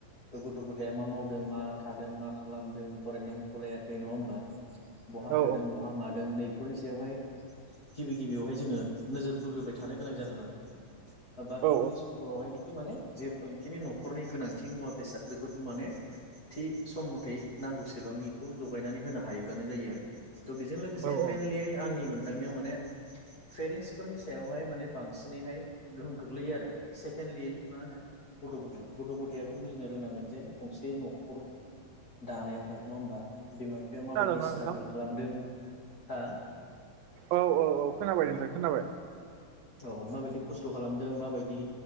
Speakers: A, on the left; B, on the right.
A: थ' गथ' गथाया मा मावदों मा थादों मा खालामदों फरादों फरायाखै नङा होमबा बहा
B: औ
A: थादों बहा मादों नैे बेफोरनि सायावहाय गिबि गिबियावहाय जोङो नोजोर बोग्रोबाय थानो गोनां जागोन आरोखि बाखि
B: औ
A: उननि समफोरावहायनिखि माने <unintelligible> न'खरनि गोनांथि मुवा बेसाद बेफोरखौ माने थि सम मथै नांगौसेबांनिखौ जगायनानै होनो हायोब्लानो जायो आ <inaudible> त‌ बिजों लोगोसे
B: औ औ
A: मेनलियै आंनि मोनदांनायाव माने <inaudible> फेरेन्टसफोरनि सायावहाय माने बांसिनैहाय गोहोम खोग्लैयो आरो सेकेणडलि मा होनो गद गथाय द गथायाबो बुजिनो रोंनांगोन जे गंसे नखर दानायावहाय नङा होमबा बिमा बिफाया
B: खोनादोंना
A: माबायदि स्ट्रागोल
B: नोंथां?
A: खालामदों हा
B: औ औ औ खोनाबाय नोंथां खोनाबाय
A: औ माबायदि खस्थ खालामदों, माबायदि